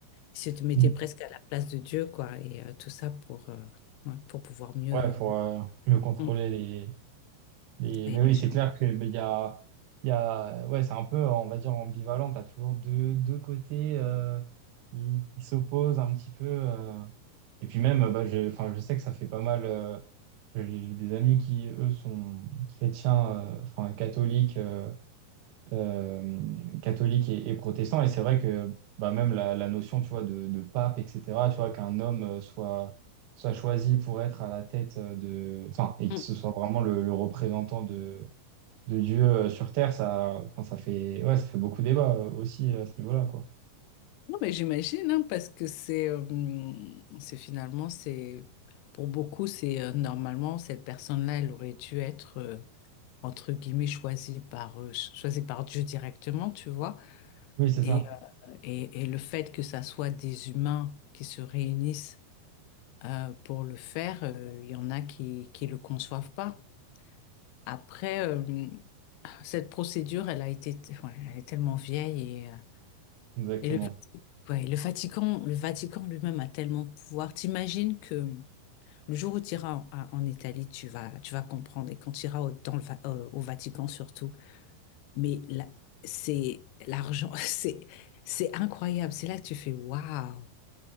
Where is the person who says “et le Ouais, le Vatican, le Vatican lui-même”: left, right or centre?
Left